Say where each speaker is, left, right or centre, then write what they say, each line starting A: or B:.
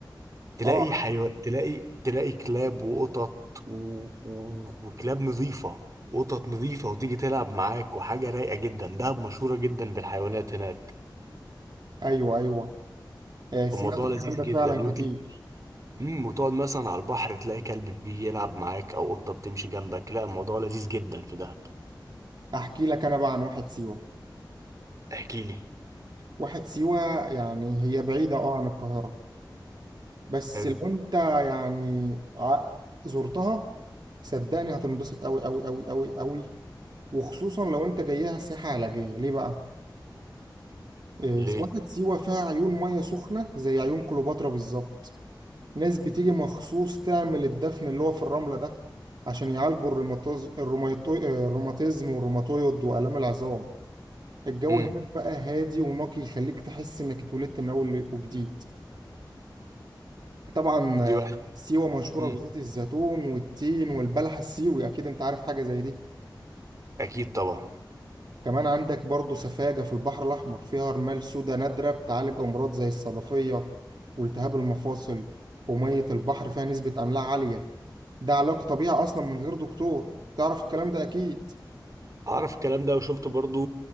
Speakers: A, on the right; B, on the right.
A: تلاقي
B: آه
A: حيوان تلاقي تلاقي كلاب وقطط و... و... وكلاب نظيفة قطط نظيفة وتيجي تلعب معاك وحاجة رايقة جدا دهب مشهورة جدا بالحيوانات هناك
B: أيوه أيوه آه، سمعت
A: فالموضوع
B: الكلام
A: لذيذ
B: ده
A: جدا
B: فعلا كتير
A: وتل... مم، وتقعد مثلا على البحر تلاقي كلب بيلعب معاك او قطة بتمشي جنبك لا الموضوع لذيذ جدا في دهب
B: أحكي لك أنا بقى عن واحد سيوة
A: احكي لي
B: واحد سيوة يعني هي بعيدة أه عن القاهرة بس
A: حلو
B: لو أنت يعني ع- زرتها صدقني هتنبسط أوي أوي أوي أوي أوي وخصوصا لو أنت جايها سياحة علاجية ليه بقى؟ آه،
A: ليه
B: واحد سيوة فيها عيون مية سخنة زي عيون كليوباترا بالظبط ناس بتيجي مخصوص تعمل الدفن اللي هو في الرملة ده عشان يعالجوا الروماتيز الروماتو- الروماتيزم والروماتويد وآلام العظام الجو
A: امم
B: هناك بقى هادي ونقي يخليك تحس إنك اتولدت من أول وجديد طبعا آه،
A: دي واحد
B: سيوة مشهورة
A: امم
B: بزيت الزيتون والتين والبلح السيوي أكيد أنت عارف حاجة زي دي
A: اكيد طبعا
B: كمان عندك برضو سفاجة في البحر الأحمر فيها رمال سودا نادرة بتعالج أمراض زي الصدفية والتهاب المفاصل ومية البحر فيها نسبة أملاح عالية ده علاج طبيعي اصلا من غير دكتور تعرف الكلام ده اكيد
A: اعرف الكلام ده وشفت برضو